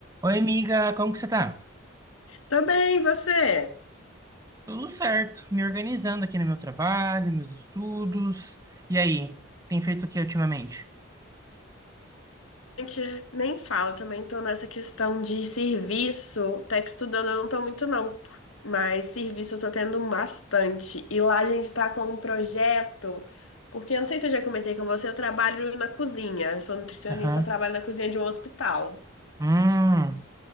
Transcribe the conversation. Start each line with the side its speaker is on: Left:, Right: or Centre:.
Right: Oi, amiga, como que você tá?
Left: Tô bem, e você?
Right: Tudo certo, me organizando aqui no meu trabalho, meus estudos. E aí, tem feito o que ultimamente?
Left: A gente nem fala, também tô nessa questão de serviço. Até que estudando eu não tô muito, não. Mas serviço eu tô tendo bastante. E lá a gente tá com um projeto, porque eu não sei se eu já comentei com você, eu trabalho na cozinha. Eu sou nutricionista,
Right: Aham.
Left: trabalho na cozinha de um hospital.
Right: Hum,